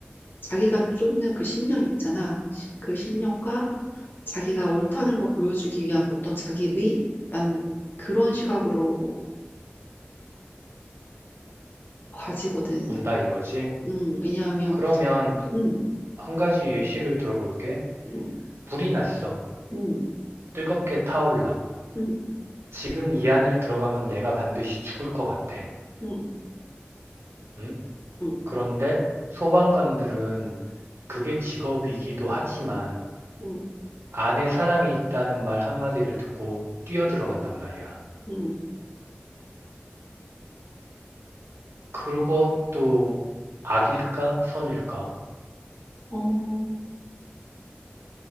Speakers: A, on the left; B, on the right.
A: 자기가 쫓는 그 신념 있잖아. 시- 그 신념과 자기가 옳다는 거 보여주기 위한 어떤 자기의? 난 그런 시각으로 봐지거든.
B: 온다 이거지.
A: 음, 왜냐하면,
B: 그러면
A: 음,
B: 한 가지 예시를 들어볼게.
A: 음,
B: 불이 났어.
A: 음,
B: 뜨겁게 타올라.
A: 음,
B: 지금 이 안을 들어가면 내가 반드시 죽을 것 같아.
A: 음,
B: 응?
A: 음,
B: 그런데 소방관들은 그게 직업이기도 하지만
A: 음,
B: 안에 사람이 있다는 말 한마디를 듣고 뛰어 들어간단 말이야.
A: 음.
B: 그것도 악일까 선일까?
A: 어,